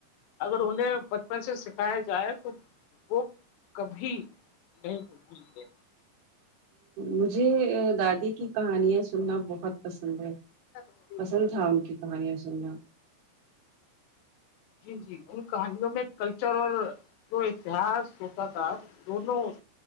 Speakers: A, on the left (about 75°); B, on the right (about 65°).
A: اگر انہیں بچپن سے سکھایا جائے تو وہ کبھی نہیں وہ بولتے
B: مجھے دادی کی کہانیاں سننا بہت پسند ہے
A: <inaudible>
B: پسند تھا ان کی کہانیاں سننا
A: جی جی ان کہانیوں میں کلچر اور جو اتحاس ہوتا تھا دونوں